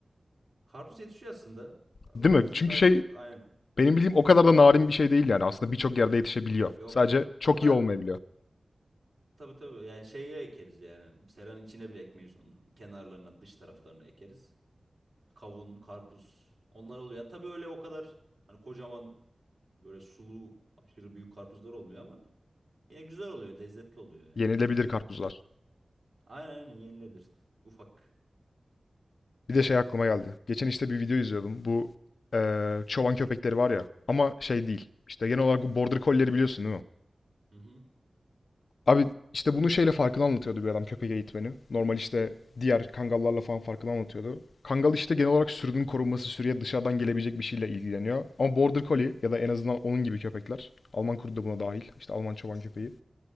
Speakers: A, on the right; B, on the left.
A: Karpuz yetişiyor aslında. Ama
B: Değil mi?
A: bizim
B: Çünkü
A: daha
B: şey
A: çok aynen.
B: benim bildiğim o kadar da narin bir şey değil yani. Aslında birçok yerde yetişebiliyor.
A: Yok
B: Sadece
A: yok.
B: çok
A: Hatta
B: iyi olmayabiliyor.
A: tabii tabii yani şeye ekeriz yani. Seranın içine bile ekmeyiz onu. Kenarlarına, dış taraflarına ekeriz. Kavun, karpuz onlar oluyor. Yani tabii öyle o kadar hani kocaman böyle sulu aşırı büyük karpuzlar olmuyor ama Ya güzel oluyor, lezzetli oluyor yani.
B: Yenilebilir karpuzlar.
A: Aynen aynen yenilebilir. Ufak.
B: Bir de şey aklıma geldi. Geçen işte bir video izliyordum. Bu eee, çoban köpekleri var ya. Ama şey değil. İşte genel olarak bu border collie'leri biliyorsun değil mi?
A: Hı hı.
B: Abi işte bunu şeyle farkını anlatıyordu bir adam köpek eğitmeni. Normal işte diğer kangallarla falan farkını anlatıyordu. Kangal işte genel olarak sürünün korunması, sürüye dışarıdan gelebilecek bir şeyle ilgileniyor. Ama Border Collie ya da en azından onun gibi köpekler. Alman kurdu da buna dahil. İşte Alman çoban köpeği.